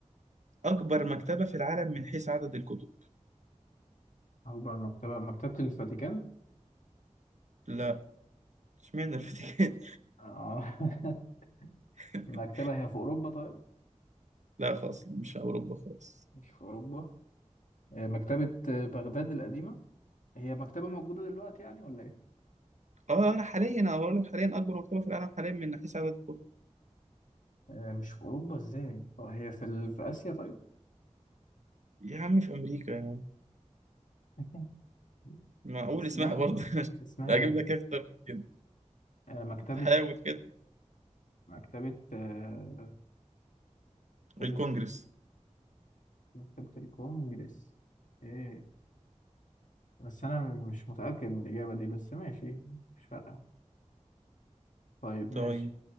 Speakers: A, on the right (about 70°); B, on the left (about 85°).
A: اكبر مكتبة في العالم من حيث عدد الكتب
B: أكبر مكتبة مكتبة الفاتيكان
A: لا اشمعنى الفاتيكان
B: آه، <laughs>
A: <laughs>
B: مكتبة هي في أوروبا طيب
A: لا خالص مش اوروبا خالص
B: مش في أوروبا آه، مكتبة آه، بغداد القديمة هي مكتبة موجودة دلوقتي يعني ولا إيه؟
A: اه لا حاليا انا بقول لك حاليا اكبر مكتبة في العالم حاليا من حيث عدد الكتب
B: آه، مش في أوروبا إزاي؟ آه، هي في ال... في آسيا طيب
A: يا عم في امريكا يعني
B: <laughs>
A: معقول
B: اسمها
A: اسمها برضه <laughs>
B: اسمها
A: اجيب
B: إيه؟
A: لك إيه اكتر من كده
B: آه، مكتبة
A: حاول كده
B: مكتبة آه، مكتبة
A: الكونجرس
B: مكتبة الكونجرس إيه بس أنا مش متأكد من الإجابة دي بس ماشي مش فارقة طيب
A: طيب
B: ماشي